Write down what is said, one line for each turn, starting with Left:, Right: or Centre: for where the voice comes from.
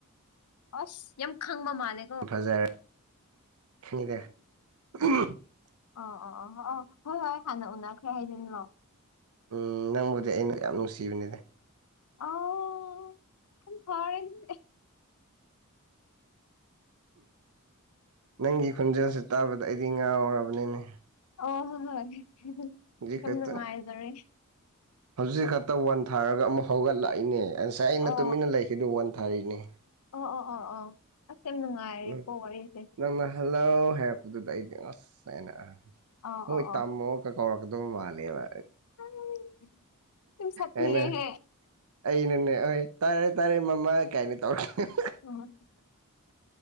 Left: ꯑꯁ ꯌꯥꯝ ꯈꯪꯕ ꯃꯥꯜꯂꯦ
Right: ꯐꯖꯔ ꯈꯪꯉꯅꯤꯗ <unintelligible>
Left: ꯑꯣ ꯑꯣ ꯑꯣ ꯑꯣ ꯍꯣꯏ ꯍꯣꯏ ꯍꯥꯟꯅ ꯎꯟꯅꯈ꯭ꯔꯦ ꯍꯥꯏꯖꯤꯟꯂꯣ꯫
Right: ꯎꯝ ꯅꯪꯕꯨꯗꯤ ꯑꯩꯅ ꯌꯥꯝ ꯅꯨꯡꯁꯤꯕꯅꯤꯗ꯫
Left: ꯑꯣ <unintelligible>
Right: ꯅꯪꯒꯤ ꯈꯣꯟꯖꯦꯜꯁꯦ ꯇꯥꯕꯗ ꯑꯩꯗꯤ ꯉꯥꯥꯎꯔꯕꯅꯤꯅꯦ꯫
Left: ꯑ ꯍꯣꯏ ꯍꯣꯏ
Right: ꯍꯧꯖꯤꯛ
Left: ꯈꯤꯇꯪ
Right: ꯈꯛꯇ
Left: ꯅꯨꯡꯉꯥꯏꯖꯔꯦ
Right: ꯍꯧꯖꯤꯛ ꯈꯛꯇꯪ ꯋꯥꯟꯊꯥꯔꯒ ꯑꯃꯨꯛ ꯍꯧꯒꯠꯂꯥꯛꯏꯅꯦ ꯉꯁꯥꯏ ꯑꯩꯅ
Left: ꯑꯣ
Right: ꯇꯨꯃꯤꯟꯅ ꯂꯩꯈꯤꯗꯨ ꯋꯥꯟꯊꯥꯔꯤꯅꯦ꯫
Left: ꯑꯣ ꯑꯣ ꯑꯣ ꯑꯣ ꯑꯁ ꯌꯥꯝ ꯅꯨꯡꯉꯥꯏꯔꯦꯀꯣ
Right: ꯎꯝ
Left: ꯋꯥꯔꯤꯁꯦ꯫
Right: ꯅꯪꯅ ꯍꯜꯂꯣ ꯍꯥꯏꯕꯗꯨꯗ ꯑꯩꯗꯤ ꯉꯁꯥꯏꯅ
Left: ꯑꯣ
Right: ꯃꯣꯏ
Left: ꯑꯣ ꯑꯣ
Right: ꯇꯝꯃꯣ ꯀ ꯀꯧꯔꯛ ꯀ ꯗꯣꯕ ꯃꯥꯂꯦꯕ
Left: <unintelligible> ꯌꯥꯝ ꯁꯥꯊꯤꯌꯦꯍꯦ
Right: ꯑꯩꯅ ꯑꯩꯅꯅꯦ ꯍꯣꯏ ꯇꯥꯔꯦ ꯇꯥꯔꯦ ꯃꯃꯥ ꯀꯥꯏꯅꯤ ꯇꯧꯔ <unintelligible>
Left: <unintelligible>